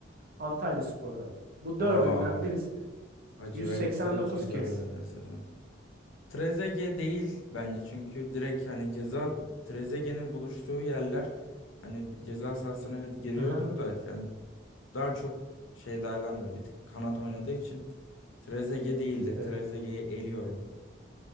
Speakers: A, on the right; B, on the left.
A: Antalyaspor'dan. Bu
B: Aa,
A: dördünden birisi
B: Hacı
A: 189
B: Wright da güzel
A: kez.
B: oynadı sezon. Trezeguet değil bence çünkü direkt hani ceza Trezeguet'in buluştuğu yerler hani ceza sahasına evet giriyordur
A: Aha,
B: da yani daha çok şeylerden böyle bir tık kanat oynadığı için Trezeguet değildir. Trezeguet'i
A: evet.
B: eliyorum.